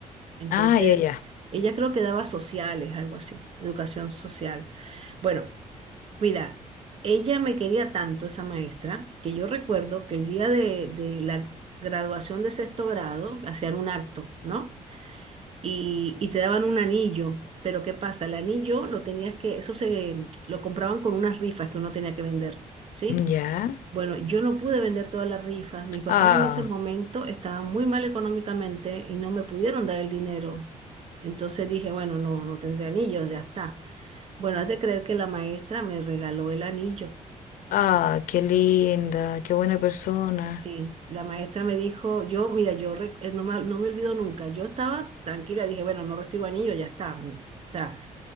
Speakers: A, on the right (about 45°); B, on the left (about 80°).
A: Entonces,
B: ah, ya, ya.
A: ella creo que daba sociales, algo así, educación social. Bueno, Mira, ella me quería tanto, esa maestra, que yo recuerdo que el día de, de la graduación de sexto grado hacían un acto, ¿no? Y, y te daban un anillo, pero ¿qué pasa? El anillo lo tenías que, eso se lo compraban con unas rifas que uno tenía que vender, ¿sí?
B: Ya.
A: Bueno, yo no pude vender todas las rifas. Mis papás
B: Ah,
A: en ese momento estaban muy mal económicamente y no me pudieron dar el dinero. Entonces dije, bueno, no, no tendré anillos, ya está. Bueno, has de creer que la maestra me regaló el anillo.
B: ah, qué linda, qué buena persona.
A: Sí, la maestra me dijo, yo, mira, yo re- eh, no me, no me olvido nunca. Yo estaba tranquila, dije, bueno, no recibo anillo, ya está. O sea,